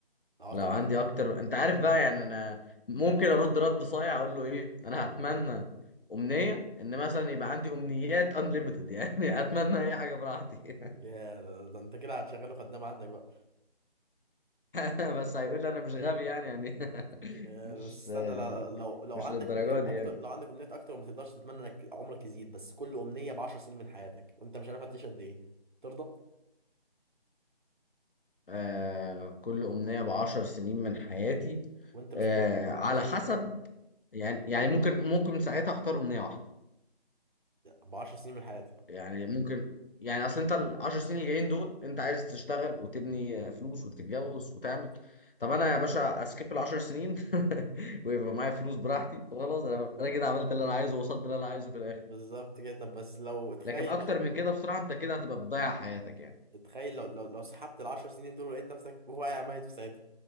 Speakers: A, on the right; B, on the left.
A: لو اعطاك
B: لو عندي
A: اكتر
B: اكتر انت عارف بقى يعني انا ممكن ارد رد صايع اقول له ايه انا هتمنى
A: يا
B: امنيه ان مثلا يبقى عندي امنيات انليمتد يعني <laughs> اتمنى اي حاجه براحتي
A: يا ده ده انت كده هتشغله خدام عندك بقى
B: <laughs> بس هيقول لي انا مش غبي يعني يعني <laughs>
A: آه،
B: مش
A: بس استنى لو لو لو
B: مش
A: عندك
B: للدرجه
A: امنيات
B: دي
A: اكتر
B: يعني
A: لو عندك امنيات اكتر وما تقدرش تتمنى انك عمرك يزيد بس كل امنيه ب 10 سنين من حياتك وانت مش عارف هتعيش قد ايه ترضى
B: آه، كل امنيه بعشر سنين من حياتي
A: وانت مش
B: آه،
A: متاكد
B: على
A: هتعيش قد
B: حسب
A: ايه
B: يعني يعني ممكن ممكن ساعتها اختار امنيه واحده
A: ب 10 سنين من حياتك
B: يعني ممكن يعني اصل انت العشر سنين اللي جايين دول انت عايز تشتغل وتبني فلوس وتتجوز وتعمل طب انا يا باشا اسكيب العشر سنين <laughs> ويبقى معايا فلوس براحتي وخلاص انا انا كده عملت اللي انا عايزه ووصلت اللي انا عايزه في الاخر
A: بالظبط كده طب بس لو اتخيل
B: لكن اكتر
A: لو
B: من كده بصراحة انت كده هتبقى بتضيع حياتك يعني
A: اتخيل لو لو, لو سحبت ال 10 سنين دول ولقيت نفسك واقع ميت في ساعتها